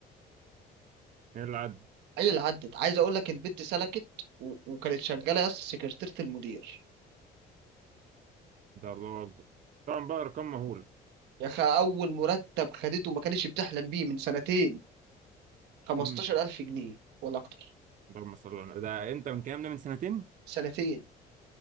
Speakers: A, on the right; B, on the right.
A: ايه اللي عدى
B: هي اللي عدت عايز اقول لك البت سلكت و... وكانت شغاله يا اسطى سكرتيره المدير
A: ده الله اكبر طبعا بقى ارقام مهوله
B: يا اخي اول مرتب خدته ما كانش بتحلم بيه من سنتين 15000
A: امم
B: جنيه ولا اكتر
A: اللهم صل على النبي. ده امتى من الكلام ده من سنتين
B: سنتين